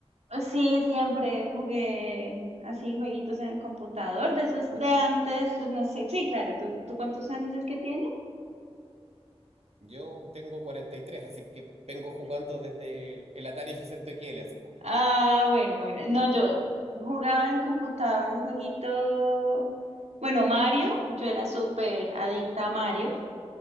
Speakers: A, on the right (about 85°); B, on the right (about 70°).
A: Sí, siempre jugué así jueguitos en el computador, de esos de antes, pues, no sé, sí, claro, ¿tú, tú cuántos años es que tienes?
B: Yo tengo 43, así que vengo jugando desde el, el Atari 800 XL. Así que
A: Ah, bueno, bueno, no, yo jugaba en el computador un jueguito, bueno, Mario, yo era súper adicta a Mario.